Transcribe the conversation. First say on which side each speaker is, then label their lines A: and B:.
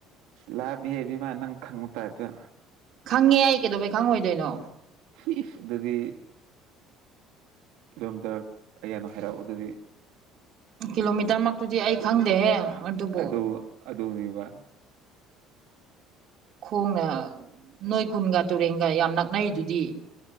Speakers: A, on the right; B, on the right.
A: ꯂꯥꯏꯕꯤ ꯍꯦꯕꯤ ꯃꯥ ꯅꯪ ꯈꯪꯕ ꯇꯥꯏꯕꯇꯣ
B: ꯈꯪꯉꯦ ꯑꯩ ꯀꯩꯗꯧꯕꯩ ꯈꯪꯉꯣꯏꯗꯣꯏꯅꯣ
A: ꯐꯁ ꯑꯗꯨꯗꯤ ꯀꯤꯂꯣꯃꯤꯇꯔ ꯀꯌꯥꯅꯣ ꯍꯥꯏꯔꯛꯑꯣ ꯑꯗꯨꯗꯤ
B: ꯀꯤꯂꯣꯃꯤꯇꯔ ꯃꯛꯇꯨꯗꯤ ꯑꯩ ꯈꯪꯗꯦꯍꯦ ꯑꯗꯨꯕꯨ
A: ꯑꯗ ꯑꯗꯅꯤꯕ
B: ꯈꯣꯡꯅ ꯅꯣꯏ ꯀꯨꯟꯒ ꯇꯨꯔꯦꯟꯒ ꯌꯥꯝ ꯅꯛꯅꯩꯗꯨꯗꯤ